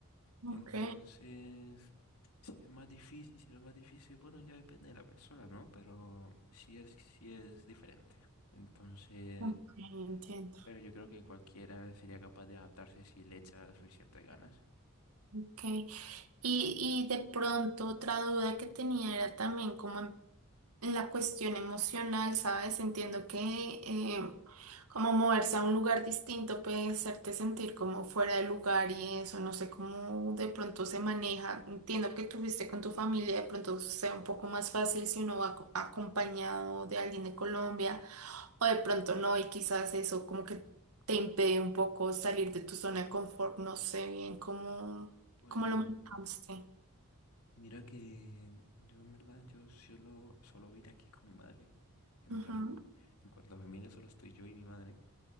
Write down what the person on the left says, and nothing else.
Entonces, si es más difícil, si no es más difícil, bueno, ya depende de la persona, ¿no? Pero sí es, sí es diferente. Entonces,
pero yo creo que cualquiera sería capaz de adaptarse si le echa las suficientes ganas.
Pues
Mira que yo en verdad yo solo, solo vine aquí con mi madre. En
plan, en cuanto a familia solo estoy yo y mi madre.